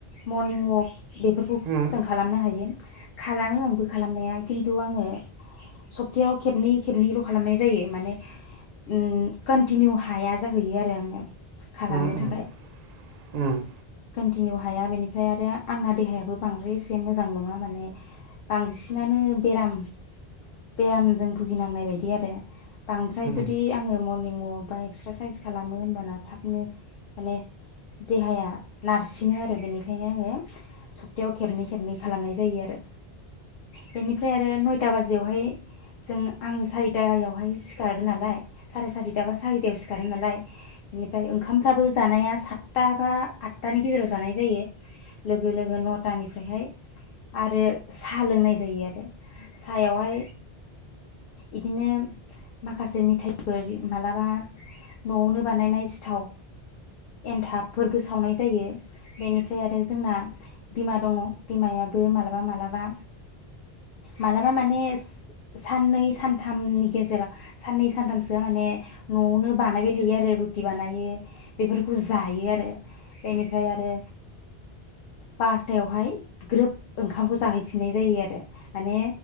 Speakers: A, on the left (about 65°); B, on the right (about 55°).
A: मरनिं अक बेफोरखौ
B: उम
A: जों खालामनो हायो खालामो आंबो खालामनाया खिन्थ थ' आङो सप्तायाव खेबनै खेबनैल' खालामनाय जायो माने उम कन्टिनिउ हाया जाहैयो आरो आङो खालामनो
B: उम उम
A: थाखाय
B: उम
A: कन्टिनिउ हाया बेनिफ्राय आरो आंना देहायाबो बांद्राय एसे मोजां नङा माने बांसिनानो बेराम बेरामजों भुगिनांनाय बायदि इ आरो बांद्राय
B: उम
A: जुदि आङो मरनिं वाक बबेबा एक्सारसाइस खालामो होनबाना थाबनो माने देहाया नारसिनो आरो बेनिखायनो आङो सप्तायाव खेबनै खेबनै खालामनाय जायो आरो बेनिफ्राय आरो नय सारिथा बाजियावहाय जों आं सारिथायावहाय सिखारो नालाय साराय सारिथा बा सारिथायाव सिखारो नालाय। बेनिफ्राय ओंखामफ्राबो जानाया सातथा बा आतथानि गेजेराव जानाय जायो। लोगो लोगो नथानिफ्रायहाय आरो साहा लोंनाय जायो आरो। सायावहाय इदिनो माखासे मिथाइफोर मालाबा न'आवनो बानायनाय सिथाव एन्थाबफोरबो सावनाय जायो बेनिफ्राय आरो जोंना बिमा दङ बिमायाबो मालाबा मालाबा मालाबा माने साननै सानथामनि गेजेराव साननै सानथामसोआ माने न'आवनो बानायबाय थायो आरो रुटि बानायो बेफोरखौ जायो आरो। बेनिफ्राय आरो बारथायावहाय ग्रोब ओंखामखौ जाहैफिननाय जायो आरो। माने